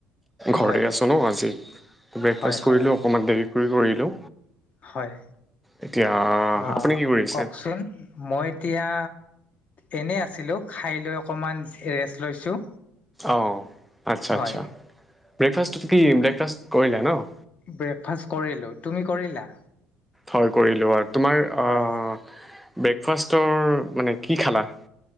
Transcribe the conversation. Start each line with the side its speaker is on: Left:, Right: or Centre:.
Centre: ঘৰতে
Left: হয়
Centre: আছো ন' আজি, ব্ৰেকফাষ্ট
Left: হয় হয়
Centre: কৰিলোঁ অকণমান দেৰি কৰি কৰিলোঁ।
Left: হয়।
Centre: এতিয়া
Left: অ',
Centre: আপুনি কি কৰিছে?
Left: কওকচোন, মই এতিয়া এনেই আছিলোঁ, খাই লৈ অকণমান ৰেষ্ট লৈছোঁ।
Centre: অ', আচ্ছা-আচ্ছা,
Left: হয়
Centre: ব্ৰেকফাষ্ট কি, ব্ৰেকফাষ্ট কৰেলো ন'?
Left: ব্ৰেকফাষ্ট কৰিলো, তুমি কৰিলা?
Centre: হয় কৰিলো বাৰু, তোমাৰ অ',
Left: হয়
Centre: ব্ৰেকফাষ্টৰ, মানে কি খালা?